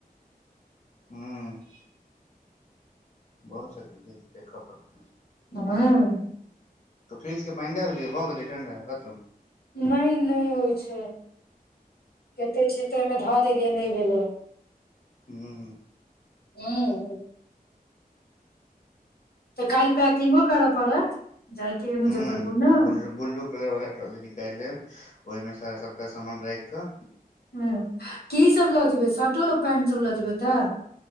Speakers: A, on the left; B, on the left.
A: हूँ बहुत स चीजे देखा पड़त है
B: हँ
A: तऽ फ्रिजके पानि डालि दियौ भऽ गेलै ठण्डा खतम
B: नहि नहि होइ छै कतेक छिय तऽ ओहिमे धऽ देलियै नहि भेलै
A: हू
B: ह तऽ कालहि पैकिंगो करऽ पड़त जायके मुजफ्फरपुर
A: ह
B: ने
A: ब ब्लू कलर वाला ट्रॉली निकालि लेब ओहिमे तार सबटा सामान राखिकऽ
B: ह की सब लगजबै शर्ट पैंट चला जबै तऽ